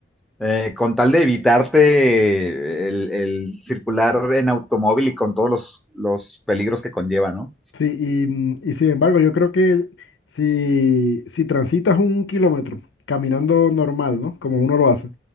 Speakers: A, in the centre; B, on the left (about 80°).
A: eh, con tal de evitarte el, el, circular en automóvil y con todos los, los peligros que conlleva, ¿no?
B: Sí, y, mm, y sin embargo, yo creo que si, si transitas un kilómetro caminando normal, ¿no? Como uno lo hace,